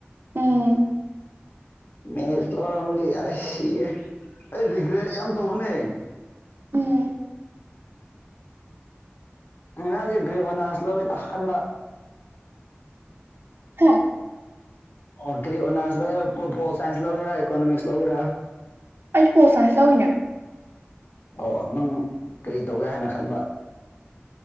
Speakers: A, on the right; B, on the left.
A: ꯎꯝ
B: ꯃꯤꯦꯂꯒꯤ ꯌꯥꯁꯤ ꯑꯩ ꯔꯤꯒ꯭ꯔꯦꯠ ꯌꯥꯝ ꯇꯧꯕꯅꯦ
A: ꯎꯝ
B: ꯏꯅꯥꯗꯤ ꯭ꯍꯅꯥꯁꯂ ꯇ ꯍꯟꯕꯥ
A: ꯍꯥꯝ
B: ꯑꯣꯔꯤꯣ ꯁꯥꯏꯟꯁ ꯂꯧꯒꯦꯔ ꯏꯀꯣꯅꯣꯃꯤꯁ ꯂ ꯂꯧꯒꯦꯔꯥ
A: ꯑꯩꯁꯨ ꯄꯣꯁꯅꯦꯁꯤ ꯂꯑꯣꯅ
B: ꯑꯣ ꯅꯪ ꯀꯔꯤ ꯇꯧꯒꯦ ꯍꯥꯏꯅ ꯈꯟꯕ